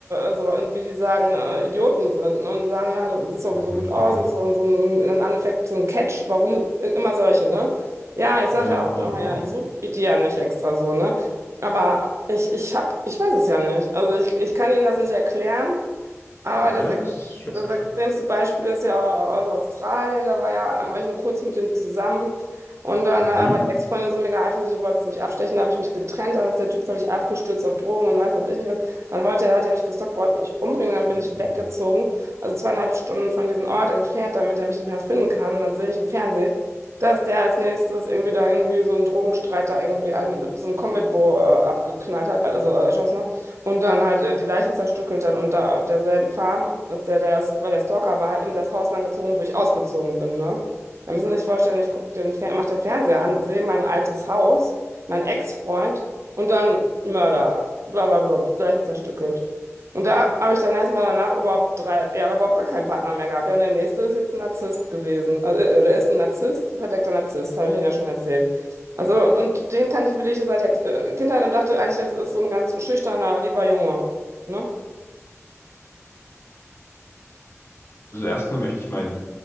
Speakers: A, on the right; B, on the left.
A: äh, so, äh, wie die sagen, äh, Idioten sind, ne? Und sagen, ja, du siehst doch
B: mhm,
A: so gut aus
B: mhm.
A: und bist doch so ein, im Endeffekt so ein Catch, warum äh, immer solche, ne? Ja, ich sage
B: Ja,
A: ja
B: äh,
A: auch nochmal, ja, ich suche die ja nicht extra so, ne? Aber ich, ich hab, ich weiß es ja nicht. Also ich, ich kann ihnen das nicht erklären. Aber
B: äh,
A: das,
B: ja,
A: ex-
B: das ist schwer
A: das
B: zu erklären.
A: extremste Beispiel ist ja aus Australien. Da war ja, war ich nur kurz mit dem zusammen. Und dann
B: Mhm.
A: äh, war die Ex-Freundin so mega eifersüchtig, wollte sie mich abstechen. Da habe ich mich getrennt. Dann ist der Typ völlig abgestürzt auf Drogen und weiß was ich nicht was. Dann wollte er, hat er mich gestalkt, wollte mich umbringen. Dann bin
B: Mhm.
A: ich weggezogen. Also zweieinhalb Stunden von diesem Ort entfernt, damit er mich nicht mehr finden kann. Und dann sehe ich im Fernsehen, dass der als nächstes irgendwie da irgendwie so einen Drogenstreit da irgendwie einen mit so einem Combat Bow äh, abgeknallt hat, also äh, erschossen hat und dann halt äh, die Leiche zerstückelt hat und da auf derselben Farm, dass der, der, ist, weil der Stalker war halt in das Haus dann gezogen, wo ich ausgezogen bin, ne? Da müssen Sie sich vorstellen, ich guck den, Fer- mach den Fernseher an, sehe mein altes Haus, mein Ex-Freund und dann Mörder, bla bla bla, Leiche zerstückelt. Und da habe ich dann erstmal danach überhaupt drei Jahre überhaupt gar keinen Partner mehr gehabt. Ja, und der nächste ist jetzt ein Narzisst gewesen. Also, äh, oder ist ein Narzisst, verdeckter Narzisst, habe ich Ihnen ja schon erzählt. Also, und den kannte ich wirklich seit der äh, Kindheit und dachte eigentlich, das ist so ein ganz schüchterner, lieber Junge. Ne?
B: Also erstmal möchte ich mein